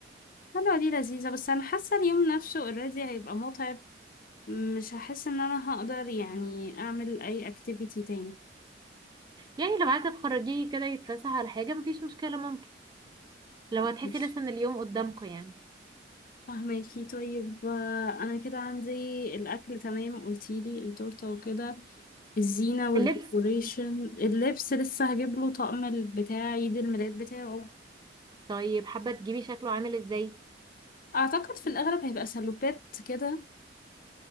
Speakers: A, on the left (about 50°); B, on the right (about 25°).
A: حلوة دي لذيذة بس أنا حاسة اليوم نفسه اوريدي هيبقى متعب مش هحس إن أنا هقدر يعني أعمل أي أكتيفيتي تاني
B: يعني لو عايزة تخرجيه كده يتفسح على حاجة مفيش مشكلة ممكن لو هتحسي
A: ماشي
B: لسه ان اليوم قدامكم يعني
A: فهماكي طيب آه، أنا كده عندي الأكل تمام قلتيلي التورتة وكده الزينة والديكوريشن
B: اللبس
A: اللبس لسه هجيب له طقم بتاع عيد الميلاد بتاعه
B: طيب حابة تجيبي شكله عامل ازاي
A: أعتقد في الأغلب هيبقى سلوبات كده